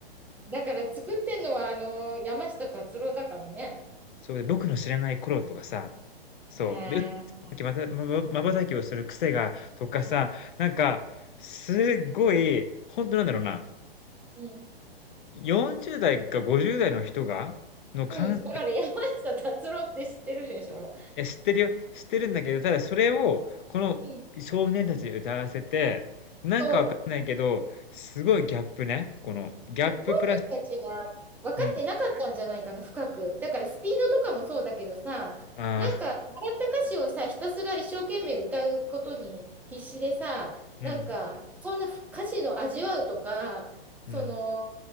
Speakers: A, in the centre; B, on the left.
A: だから作ってんのは、あの、山下達郎だからね。
B: そう、で、僕の知らない頃とかさ、そう。
A: うん。
B: でさっきまた、まままば瞬きをする癖がとかさ、なんか、すっごい、ほんとなんだろうな、
A: うん
B: 40代か50代の人がのかんい
A: うん、だから山下達郎って知ってるでしょもう
B: や、知ってるよ、知ってるんだけど、ただそれを、この少年たちに歌わせて、
A: うん。
B: なんかわかんないけど、
A: そう。
B: すごいギャップね、
A: うん
B: この、ギャッププラス
A: 本人たちは分かってなかったんじゃないかな、
B: うん、
A: 深く。だからスピードとかもそうだけどさ、
B: ああ、
A: なんか、もらった歌詞をさ、ひたすら一生懸命歌うことに必死でさ、なんか、
B: うん、
A: そんな歌詞の味わうとか、その、
B: うん。